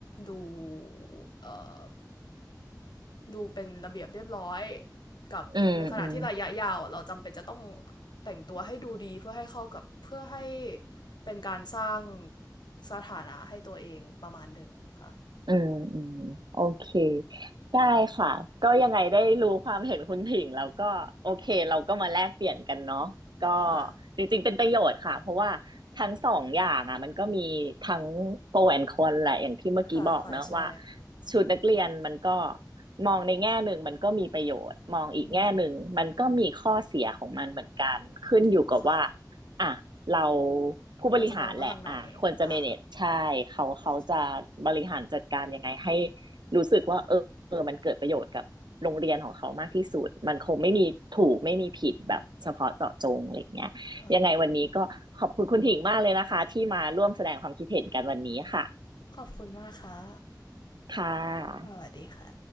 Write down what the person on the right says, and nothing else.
อืมอืม
อืมอืมโอเคได้ค่ะก็ยังไงได้รู้ความเห็นคุณถิงแล้วก็โอเคเราก็มาแลกเปลี่ยนกันเนาะก็
จริงๆเป็นประโยชน์ค่ะเพราะว่าทั้งสองอย่างอ่ะมันก็มีทั้งโปรแอนคอนแหละอย่างที่เมื่อกี้บอกเนอะว่า
ชุดนักเรียนมันก็มองในแง่หนึ่งมันก็มีประโยชน์มองอีกแง่หนึ่งมันก็มีข้อเสียของมันเหมือนกันขึ้นอยู่กับว่า
อ่ะ เราผู้บริหารแหละอ่ะควรจะ
manage ใช่เขาเขาจะบริหารจัดการยังไงให้
รู้สึกว่าเออเออมันเกิดประโยชน์กับโรงเรียนของเขามากที่สุดมันคงไม่มีถูกไม่มีผิดแบบเฉพาะเจาะจงอะไรยเงี้ยยังไงวันนี้ก็ขอบคุณคุณถิ่งมากเลยนะคะที่มาร่วมแสดงความคิดเห็นกันวันนี้ค่ะ
ค่ะ